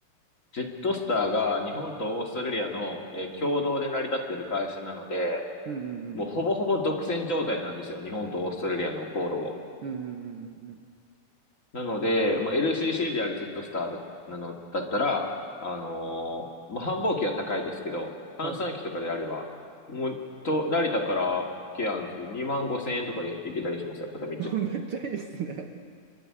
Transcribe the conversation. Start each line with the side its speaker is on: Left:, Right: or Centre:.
Left: ジェットスターが日本とオーストラリアの、えー共同で成り立ってる会社なので、
Right: うんうんうんうん。
Left: もうほぼほぼ独占状態なんですよ。日本とオーストラリアの航路を。
Right: うんうんうんうんうん。
Left: なので、まあ、LCC であるジェットスターだ、なの、だったら、あのーまあ、繁忙期は高いですけど、閑散期とかであれば、
Right: はい。
Left: もう、と、成田からケアンズで2万5千円とかで行けたりしますよ、片道。
Right: <laughs> めっちゃいいですね。